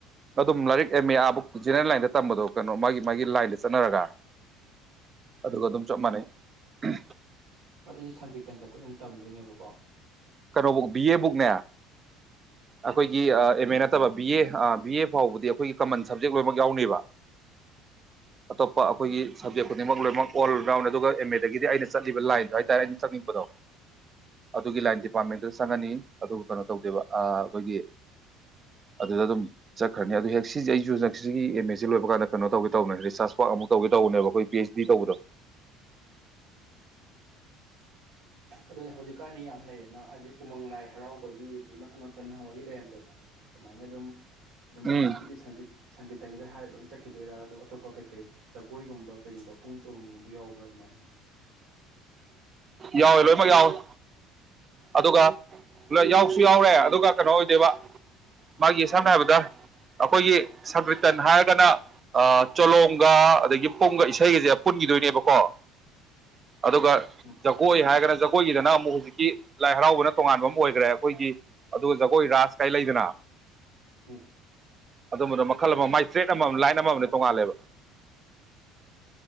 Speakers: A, on the right; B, on the right.
A: ꯑꯗꯨꯝ ꯂꯥꯏꯔꯤꯛ ꯑꯦꯝ ꯑꯦ ꯑꯥꯕꯨꯛ ꯖꯦꯅꯦꯔꯦꯜ ꯂꯥꯏꯟꯗ ꯇꯝꯕꯗꯣ ꯀꯩꯅꯣ ꯃꯥꯒꯤ ꯃꯥꯒꯤ ꯂꯥꯏꯟꯗ ꯆꯠꯅꯔꯒ ꯑꯗꯨꯒ
B: ꯎꯝ
A: ꯑꯗꯨꯝ ꯆꯞ ꯃꯥꯟꯅꯩ ꯎ
B: ꯑꯗꯨꯗꯤ ꯁꯪꯀꯦꯠ ꯇꯪꯈꯛꯇꯪ ꯑꯗꯨꯝ ꯇꯝꯗꯣꯏꯅꯦꯕꯀꯣ
A: ꯀꯩꯅꯣꯕꯨꯛ ꯕꯤ ꯑꯦꯕꯨꯛꯅꯦ ꯑꯩꯈꯣꯏꯒꯤ
B: ꯎꯝ
A: ꯑꯦꯝ ꯑꯦ ꯅꯠꯇꯕ ꯕꯤ ꯑꯦ ꯕꯤ ꯑꯦ ꯐꯥꯎꯕꯗꯤ ꯑꯩꯈꯣꯏꯒꯤ ꯀꯃꯟ ꯁꯕꯖꯦꯛ ꯂꯣꯏꯅꯃꯛ ꯌꯥꯎꯅꯦꯕ ꯑꯇꯣꯞꯄ ꯑꯩꯈꯣꯏꯒꯤ ꯁꯥꯕꯤ ꯑꯀꯅꯤ ꯃꯃꯛ ꯂ ꯂꯩꯝꯃꯛ ꯑꯣꯜ ꯔꯥꯎꯟ ꯑꯗꯨꯒ ꯑꯦꯝ ꯑꯦꯗꯒꯤꯗꯤ ꯑꯩꯅ ꯆꯠꯂꯤꯕ ꯂꯥꯏꯟꯗꯣ ꯍꯥꯏꯇꯥꯔꯦ ꯑꯩꯅ ꯆꯪꯅꯤꯡꯕꯗꯣ ꯑꯗꯨꯒꯤ ꯂꯥꯏꯟꯗꯤ ꯗꯤꯄꯥꯔꯠꯃꯦꯟꯇ ꯆꯪꯉꯅꯤ ꯑꯗꯨꯒ ꯀꯩꯅꯣ ꯇꯧꯗꯦꯕ ꯑꯩꯈꯣꯏꯒꯤ ꯑꯗꯨꯗ ꯑꯗꯨꯝ ꯆꯠꯈ꯭ꯔꯅꯤ ꯑꯗꯨ ꯍꯦꯛ ꯁꯤꯁꯦ ꯑꯩꯁꯨ ꯁꯤꯒꯤ ꯑꯦꯝ ꯑꯦꯁꯤꯦ ꯂꯣꯏꯕ ꯀꯥꯟꯗ ꯀꯩꯅꯣ ꯇꯧꯒꯦ ꯇꯧꯕꯅꯦ ꯔꯤꯁꯥꯔꯁ ꯋꯔꯛ ꯑꯃꯨꯛ ꯇꯧꯒꯦ ꯇꯧꯕꯅꯦꯕ ꯑꯩꯈꯣꯏ ꯄꯤ ꯑꯩꯩꯆ ꯗꯤ ꯇꯧꯕꯗꯣ
B: ꯑꯗꯨꯅꯤ ꯍꯧꯖꯤꯛꯀꯥꯟꯗꯤ ꯌꯥꯝ ꯂꯩꯔꯦꯅ ꯍꯥꯏꯗꯤ ꯎꯃꯪ ꯂꯥꯏ ꯍꯔꯥꯎꯕꯒꯤ ꯑꯗꯩ ꯃꯈꯟ ꯃꯈꯜ ꯅꯍꯥꯟꯋꯥꯏꯗꯤ ꯂꯩꯔꯝꯗꯅ ꯑꯗꯨꯃꯥꯏꯅ ꯑꯗꯨꯝ ꯑꯗꯨꯝ
A: ꯎꯝ
B: ꯍꯧꯖꯤꯛꯀꯤꯗꯤ ꯁꯪꯒꯤꯠ ꯁꯪꯒꯤꯠꯇꯪꯒꯤꯗ ꯍꯥꯏꯔꯒ ꯂꯣꯏ ꯆꯠꯈꯤꯗꯣꯏꯔꯥ ꯑꯗꯨ ꯑꯇꯣꯞꯄ ꯀꯩꯀꯩ ꯖꯒꯣꯏꯒꯨꯝꯕ ꯀꯩꯒꯨꯝꯕ ꯄꯨꯡ ꯆꯣꯔꯨꯝꯝꯒꯨꯝꯕ ꯌꯥꯎꯕ꯭ꯔꯥ ꯑꯗꯨꯃꯥꯏꯅ
A: ꯌꯥꯎꯋꯦ ꯂꯣꯏꯅꯃꯛ ꯌꯥꯎꯋꯦ ꯑꯗꯨꯒ ꯌꯥꯎꯁꯨ ꯌꯥꯎꯔꯦ ꯑꯗꯨꯒ ꯀꯩꯅꯣ ꯑꯣꯏꯗꯣꯏꯕ ꯃꯥꯒꯤ ꯁꯝꯅ ꯍꯥꯏꯔꯕꯗ ꯑꯩꯈꯣꯏꯒꯤ ꯁꯪꯀ꯭ꯔꯤꯇꯟ ꯍꯥꯏꯔꯒꯅ ꯆꯣꯂꯣꯝꯒ ꯑꯗꯒꯤ ꯄꯨꯝꯒ ꯏꯁꯩꯒꯁꯦ ꯄꯨꯟꯈꯤꯗꯣꯏꯅꯦꯕꯀꯣ ꯑꯗꯨꯒ
B: ꯎꯝ
A: ꯖꯒꯣꯏ ꯍꯥꯏꯔꯒꯅ ꯖꯒꯣꯏꯒꯤꯗꯅ ꯑꯃꯨꯛ ꯍꯧꯖꯤꯛꯀꯤ ꯂꯥꯏ ꯍꯔꯥꯎꯕꯅ ꯇꯣꯉꯥꯟꯕ ꯑꯃ ꯑꯣꯏꯈ꯭ꯔꯦ ꯑꯩꯈꯣꯏꯒꯤ ꯑꯗꯨꯒ ꯖꯒꯣꯏ ꯔꯥꯁ ꯀꯥꯏ ꯂꯩꯗꯅ
B: ꯎꯝ
A: ꯑꯗꯨꯝꯕꯗꯣ ꯃꯈꯜ ꯑꯃ ꯃꯥꯏ ꯇ꯭ꯔꯦꯠ ꯑꯃꯝ ꯂꯥꯏꯟ ꯑꯃꯃꯝꯅꯦ ꯇꯣꯡꯉꯥꯜꯂꯦꯕ